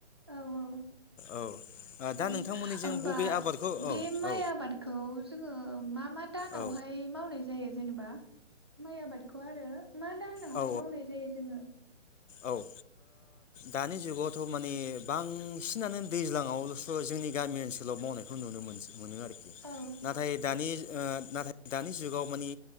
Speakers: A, on the right; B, on the left.
A: औ-औ-औ
B: औ ओ दा नोंथांमोननिजों
A: होमबा
B: बबे आबादखौ
A: बे
B: औ
A: माइ
B: औ
A: आबादखौ जोङो मा-मा दानावहाय
B: औ
A: मावनाय जायो जेनेबा माइ आबादखौ आरो मा दानावहाय
B: औ
A: मावनाय जायो जोङो
B: औ ओ दानि जुगावथ' मानि बांसिनानो दैज्लाङावल'स' जोंनि गामि ओनसोलाव मावनायखौ नुनो मोनसै मोनो आरोखि
A: औ
B: नाथाय दानि ओ नाथाय दानि जुगाव मानि